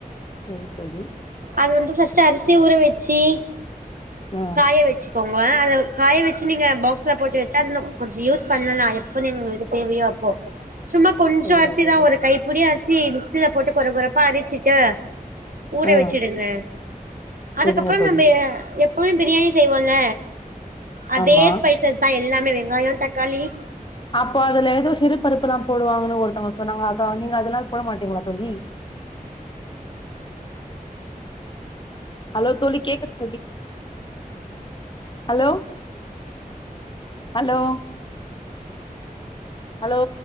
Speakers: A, on the left; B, on the right.
A: திருப்பதி
B: அது வந்து ஃபஸ்டு அரிசி ஊற வெச்சு
A: ஆ
B: காய வெச்சு பொங்க அளவ் காய வச்சு நீங்க பாக்ஸ்ல போட்டு வச் ச்சரனு கொஞ்சோ யூஸ் பண்ணலா எப்ப நீ உங்களுக்கு தேவையோ அப்போ சும்மா கொஞ்ச
A: செரிங்க
B: அரிசிதா
A: தோழி
B: ஒரு கைப்பிடி அரிஸ் சி மிக்சில போட்டு கொற கொறப்பா அரிச்சிட்டு ஊற
A: ஆ
B: வெச்சுடுங்க அதுக்கப்பறம்
A: செரிங்க தோழி
B: நம்ம எப் ஃபுல் பிரியாணி செய்வோல்ல அதே
A: ஆமா
B: ஸ்பைசஸ் தா எல்லா ம் வெங்காய தக்காளி
A: அப்போ அதுல ஏதோ சிறு பருப்பெல்லா போடுவாங்கன்னு ஒருத்தங்க சொன்னாங்க அத நீங்க அதெல்லா போட மாட்டீங்களா தோழி அலோ தோழி கேக்குத் தோழி ஹலோ ஹலோ ஹலோ